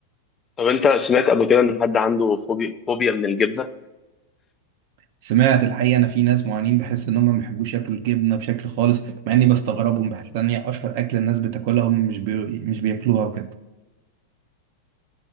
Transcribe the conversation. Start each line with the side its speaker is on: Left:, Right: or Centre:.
Left: طب انت سمعت قبل كده ان حد عنده فوبي... فوبيا من الجبنه
Right: سمعت الحقيقة أنا في ناس معينين بحس إن هم ما بيحبوش ياكلوا الجبنة بشكل خالص مع إني بستغربهم بحس إن هي أشهر أكل الناس بتاكلها هم مش بي... مش بياكلوها وكده